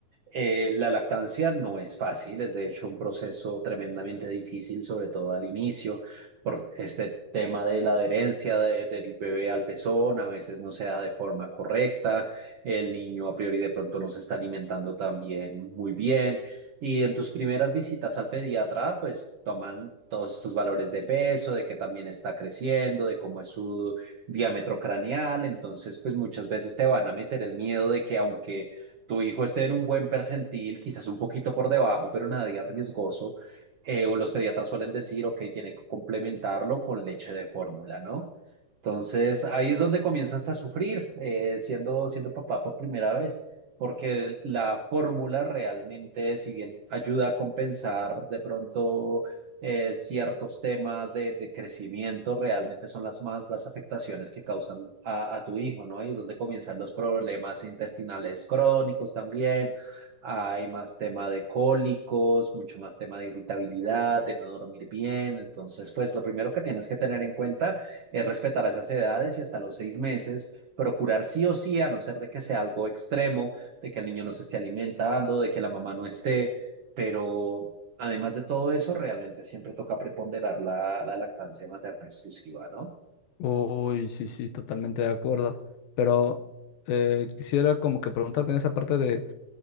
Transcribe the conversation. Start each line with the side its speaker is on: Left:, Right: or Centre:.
Right: eh, la lactancia no es fácil, es de hecho un proceso tremendamente difícil, sobre todo al inicio, por este tema de la adherencia de- del bebé al pezón, a veces no se da de forma correcta, el niño a priori de pronto no se está alimentando también muy bien, y en tus primeras visitas al pediatra, pues toman todos estos valores de peso, de que también está creciendo, de cómo es su diámetro craneal, entonces pues muchas veces te van a meter el miedo de que aunque tu hijo esté en un buen percentil, quizás un poquito por debajo, pero nada de riesgoso, eh, o los pediatras suelen decir, ok, tiene que complementarlo con leche de fórmula, ¿no? Entonces, ahí es donde comienzas a sufrir, eh, siendo, siendo papá por primera vez, porque la fórmula realmente, si bien ayuda a compensar de pronto eh, ciertos temas de, de crecimiento realmente son las más las afectaciones que causan a, a tu hijo, ¿no? Y es donde comienzan los problemas intestinales crónicos también. Hay más tema de cólicos, mucho más tema de irritabilidad, de no dormir bien. Entonces, pues lo primero que tienes que tener en cuenta es respetar esas edades y hasta los seis meses, procurar sí o sí, a no ser de que sea algo extremo, de que el niño no se esté alimentando, de que la mamá no esté pero además de todo eso, realmente siempre toca preponderar la, la lactancia materna exclusiva, ¿no?
Left: Uy, sí, sí, totalmente de acuerdo. Pero eh, quisiera como que preguntarte en esa parte de,